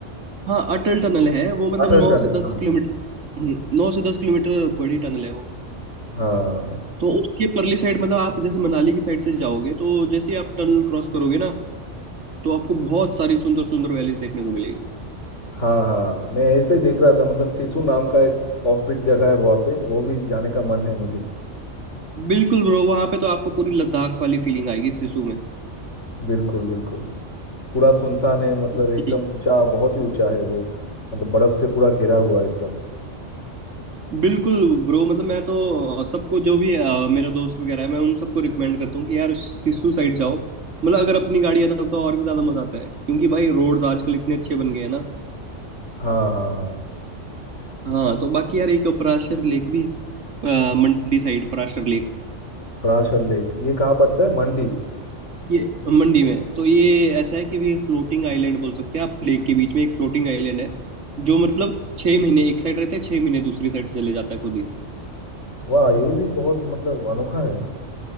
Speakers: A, on the right; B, on the left.
A: हाँ अटल टनल है वो मतलब
B: अटल
A: नौ
B: टनल
A: से दस
B: हाँ
A: किलोमीटर हम्म, नौ से दस किलोमीटर बड़ी टनल है वो
B: हाँ
A: तो उसके परली साइड मतलब आप जैसे मनाली की साइड से जाओगे तो जैसे ही आप टनल क्रॉस करोगे ना तो आपको बहुत सारी सुंदर सुंदर वैलीज देखने को मिलेगी
B: हाँ हाँ मैं ऐसे ही देख रहा था मतलब सिसु नाम का एक ऑफबीट जगह है वहाँ पे वो भी जाने का मन है मुझे
A: बिल्कुल ब्रो वहां पे तो आपको पूरी लद्दाख वाली फीलिंग आएगी सिसु में
B: बिल्कुल बिल्कुल पूरा सुनसान है मतलब
A: हम्म,
B: एकदम ऊंचा बहुत ही ऊंचा है वो मतलब बर्फ से पूरा घिरा हुआ है एकदम
A: बिल्कुल ब्रो मतलब मैं तो सबको जो भी अ, मेरा दोस्त वगैरह है मैं उन सबको रिकमेंड करता हूँ कि यार सिसु साइड जाओ मतलब अगर अपनी गाड़ी है तब तो और भी ज्यादा मजा आता है क्योंकि भाई रोड आजकल इतने अच्छे बन गए हैं ना
B: हाँ हाँ हाँ
A: हाँ तो बाकी यार एक पराशर लेक भी है अ, मंडी साइड पराशर लेक
B: पराशर लेक ये कहाँ पड़ता है मंडी
A: ये मंडी में तो ये ऐसा है कि ये फ्लोटिंग आइलैंड बोल सकते हैं आप लेक के बीच में एक फ्लोटिंग आइलैंड है जो मतलब छह महीने एक साइड रहता है छह महीने दूसरी साइड चले जाता है खुद ही
B: वाह ये भी बहुत मतलब अनोखा है